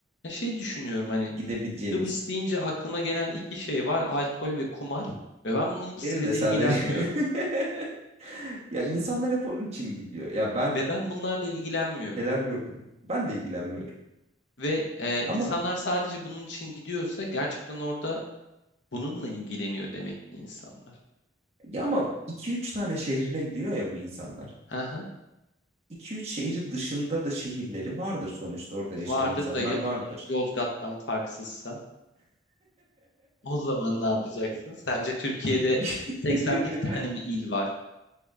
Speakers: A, on the left; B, on the right.
A: Şey düşünüyorum hani
B: gidebileceğimiz.
A: Kıbrıs deyince aklıma gelen iki şey var. Alkol ve kumar. Ve ben bunun ikisiyle
B: Benim de
A: de
B: sadece.
A: ilgilenmiyorum.
B: <laughs> Ya insanlar hep onun için gidiyor. Ya ben
A: Ve ben bunlarla ilgilenmiyorum.
B: neler gördüm. Ben de ilgilenmiyorum.
A: Ve e,
B: Ama
A: insanlar sadece bunun için gidiyorsa gerçekten orada bununla ilgileniyor demek ki insanlar.
B: ya ama 2-3 tane şehrine gidiyor ya bu insanlar.
A: Hı hı.
B: 2 üç şehri dışında da şehirleri vardır sonuçta. Orada yaşayan
A: Vardır
B: insanlar
A: da ya
B: vardır.
A: bunlar Yozgat'tan farksızsa o zaman ne yapacaksın? Sence Türkiye'de
B: <laughs>
A: 81 tane mi il var?